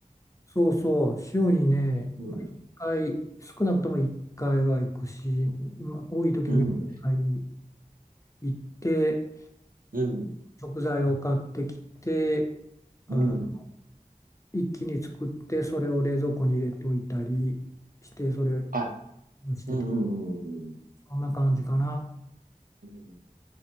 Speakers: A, on the left; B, on the right.
A: そうそう週にね、
B: うん、
A: まあ、回少なくとも1回は行くし、まあ、多い時には1回
B: うん、
A: 行って
B: うん、
A: 食材を買ってきてあ
B: うん。
A: 一気に作ってそれを冷蔵庫に入れといたりしてそれ
B: あ、
A: にしてた
B: うん、うん、うん、
A: そんな感じかな
B: うん。